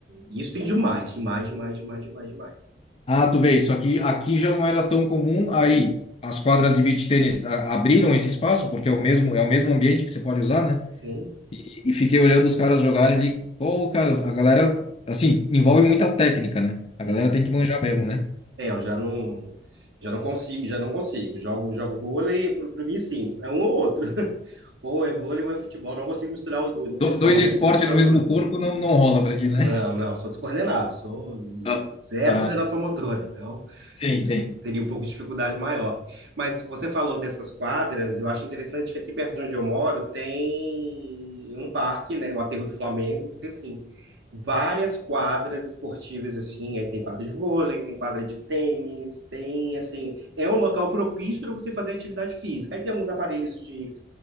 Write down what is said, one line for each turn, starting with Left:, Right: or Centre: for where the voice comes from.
Right: isso tem demais, demais, demais, demais, demais, demais.
Left: Ah, tu vê, isso aqui, aqui já não era tão comum. Aí, as quadras de beach tênis a- abriram esse espaço, porque é o mesmo, é o mesmo ambiente que você pode usar, né?
Right: Sim,
Left: E, e fiquei olhando os caras jogarem ali. Pô, cara, a galera, assim, envolve muita técnica, né? A galera
Right: né?
Left: tem que manjar mesmo, né?
Right: É, eu já não, já não consigo, já não consigo. Jogo, jogo vôlei, para mim, sim, é um ou outro. <laughs> Ou é vôlei ou é futebol. Não consigo misturar os dois, ou
Left: Do-
Right: futsal,
Left: dois
Right: não
Left: esportes
Right: consigo misturar
Left: no mesmo
Right: os dois.
Left: corpo não, não rola pra ti, né?
Right: Não, não, sou descoordenado, sou
Left: Ah,
Right: zero
Left: ah,
Right: coordenação motora, então
Left: sim,
Right: eu
Left: sim.
Right: teria um pouco de dificuldade maior. Mas você falou dessas quadras, eu acho interessante que aqui perto de onde eu moro tem um parque, né, o Aterro do Flamengo, tem assim, várias quadras esportivas assim, aí tem quadra de vôlei, tem quadra de tênis, tem assim, é um local propício para você fazer atividade física. Aí tem alguns aparelhos de